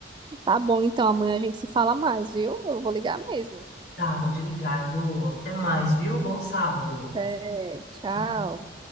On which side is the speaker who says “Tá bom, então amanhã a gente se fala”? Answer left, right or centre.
Right